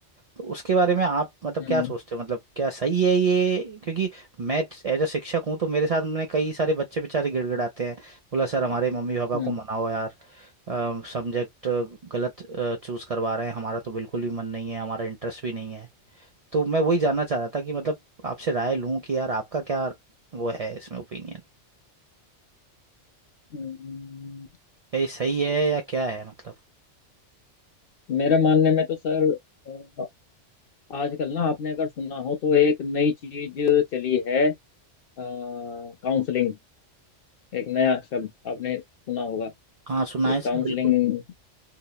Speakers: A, on the right (about 55°); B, on the left (about 60°).
A: तो उसके बारे में आप मतलब
B: हम्म
A: क्या सोचते हो मतलब क्या सही है ये क्योंकि मैं एज अ शिक्षक हूँ तो मेरे साथ मैंने कई सारे बच्चे बेचारे गिड़गिड़ाते हैं बोला सर हमारे मम्मी पापा
B: हम्म
A: को मनाओ यार सब्जेक्ट गलत चूज करवा रहे हैं हमारा तो बिल्कुल भी मन नहीं है हमारा इंटरेस्ट भी नहीं है तो मैं वही जानना चाह रहा था कि मतलब आपसे राय लूं कि यार आपका क्या वो है इसमें ओपिनियन
B: हम्म।
A: क्या ये सही है या क्या है मतलब
B: मेरे मानने में तो सर अ, आजकल ना आपने अगर सुना हो तो एक नई चीज चली है काउंसलिंग एक नया शब्द आपने सुना होगा
A: हाँ
B: कि
A: सुना है सर
B: काउंसलिंग
A: बिल्कुल